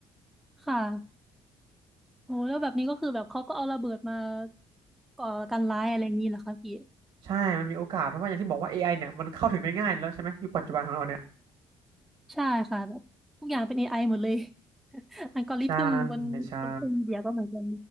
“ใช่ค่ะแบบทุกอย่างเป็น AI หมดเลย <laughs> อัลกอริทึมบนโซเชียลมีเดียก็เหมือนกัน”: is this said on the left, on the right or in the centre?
Centre